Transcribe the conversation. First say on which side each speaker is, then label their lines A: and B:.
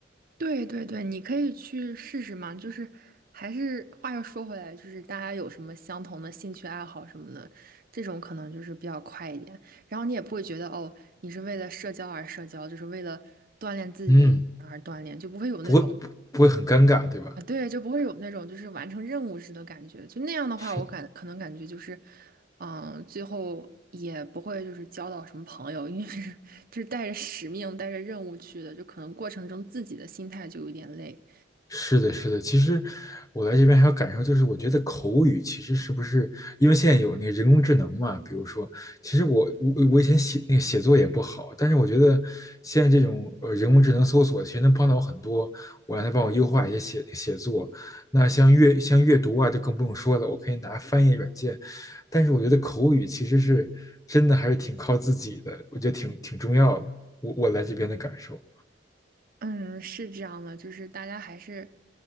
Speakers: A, on the right (about 50°); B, on the left (about 20°).
A: 对对对，你可以去试试嘛。就是还是话又说回来，就是大家有什么相同的兴趣爱好什么的，这种可能就是比较快一点。然后你也不会觉得哦，你是为了社交而社交，就是为了锻炼自己的语言而锻炼，
B: 嗯，
A: 就不会有那种
B: 不会不会很尴尬，对吧？
A: 啊，对，就不会有那种就是完成任务似的感觉。就那样的话，
B: 是。
A: 我感可能感觉就是，嗯，最后也不会就是交到什么朋友，因为 <laughs> 是就是带着使命、带着任务去的，就可能过程中自己的心态就有点累。
B: 是的，是的。其实我来这边还有感受，就是我觉得口语其实是不是因为现在有那个人工智能嘛？比如说，其实我我我以前写那个写作也不好，但是我觉得现在这种呃人工智能搜索其实能帮到我很多，我让它帮我优化一些写写作。那像阅像阅读啊，就更不用说了，我可以拿翻译软件。但是我觉得口语其实是真的还是挺靠自己的，我觉得挺挺重要的。我我来这边的感受。
A: 嗯，是这样的，就是大家还是，